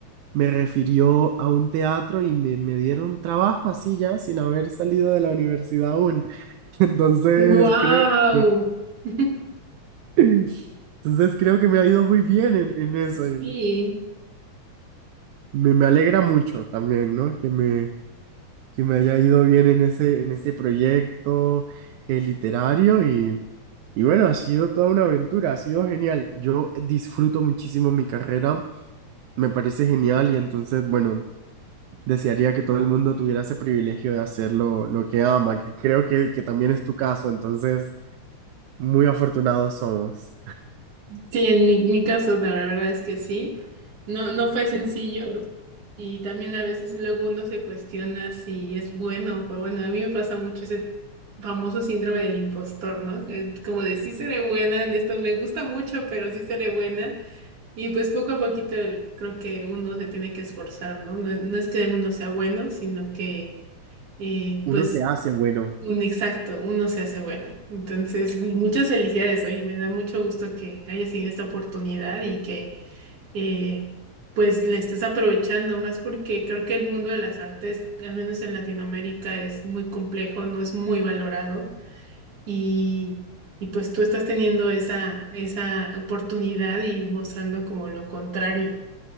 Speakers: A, on the right; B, on the right.
A: me refirió a un teatro y me, me dieron trabajo así ya, sin haber salido de la universidad aún. <laughs> Entonces
B: Wow.
A: creo que...
B: <laughs>
A: <laughs> Entonces creo que me ha ido muy bien en, en eso
B: Sí,
A: y, Me, me alegra mucho también, ¿no? Que me, que me haya ido bien en ese, en ese proyecto eh, literario y, y bueno, ha sido toda una aventura, ha sido genial. Yo disfruto muchísimo mi carrera, me parece genial y entonces, bueno, desearía que todo el mundo tuviera ese privilegio de hacer lo, lo que ama, que creo que, que también es tu caso, entonces, muy afortunados somos.
B: sí, en mi, mi caso la verdad es que sí. No, no fue sencillo y también a veces luego uno se cuestiona si es bueno, pero bueno, a mí me pasa mucho ese famoso síndrome del impostor, ¿no? Eh, Como de sí seré buena en esto, me gusta mucho, pero sí seré buena y pues poco a poquito creo que uno se tiene que esforzar, ¿no? No, no es que uno sea bueno, sino que eh,
A: Uno
B: pues
A: se hace bueno.
B: Un- Exacto, uno se hace bueno. Entonces, mu- muchas felicidades, oye, me da mucho gusto que hayas tenido esta oportunidad y que eh, pues la estés aprovechando más porque creo que el mundo de las artes, al menos en Latinoamérica, es muy complejo, no es muy valorado y, y pues tú estás teniendo esa, esa oportunidad y mostrando como lo contrario.